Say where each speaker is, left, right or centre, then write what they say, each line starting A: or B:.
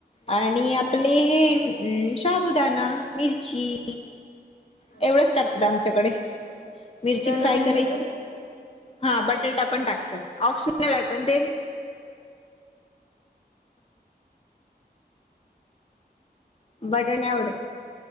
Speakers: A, on the left; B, on the left.
A: आणि आपले
B: हम्म.
A: हे हम्म शाबुदाणा, मिरची
B: अच्छा.
A: एवढंच टाकतात आमच्याकडे. मिरची
B: बटाटा
A: फ्राय
B: नाही
A: कराय
B: टाकत?
A: हा बटाटा पण टाकतात, ऑप्शनल आहे पण ते. बटाटा नाही आवडत